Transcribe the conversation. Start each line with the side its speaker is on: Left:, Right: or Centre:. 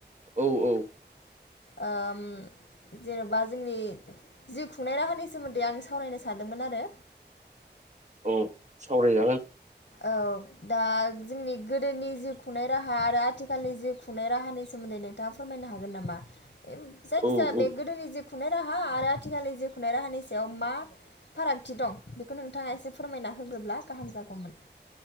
Right: औ औ
Left: ओम जेनबा जोंनि जिउ खुंनाय राहानि सोमोन्दै आं सावरायनो सा सानदोंमोन आरो
Right: औ सावरायजागोन
Left: औ दा जोंनि गोदोनि जिउ खुंनाय राहा आरो आथिखालनि जिउ खुंनाय राहानि सोमोन्दै नों थाङा फोरमायनो हागोन नामा जायखिया
Right: औ औ
Left: बे गोदोनि जिउ खुंनाय राहा आरो आथिखाल जिउ खुनाय राहानि सायाव मा फारागथि दं बेखौ नोंथाङा एसे फोरमायना होग्रोब्ला गाहाम जागौमोन